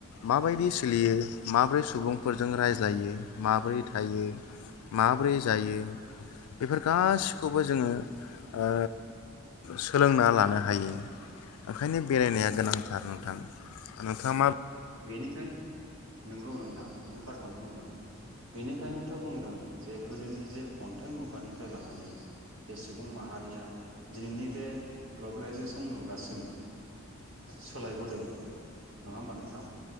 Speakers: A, on the left (about 85°); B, on the right (about 65°).
A: माबायदि सोलियो माबोरै सुबुंफोरजों रायज्लायो माबोरै थायो माबोरै जायो बेफोर गासिखौबो जोङो ओ सोलोंना लानो हायो ओंखायनो बेरायनाया गोनांथार नोंथां नोंथाङा मा
B: बेनिखाय <unintelligible> नंगौ नोंथां नों थारखौनो बुंदों बेनिखायनोथ' बुंदों जे गोदोनि जे अन्थाइ मुगानिफ्राय लानानै जे सुबुं माहारिया दिनैनि बे ग्लबेलाइजेसन मुगासिम सोलायबोदों नङा होम्बा नोंथां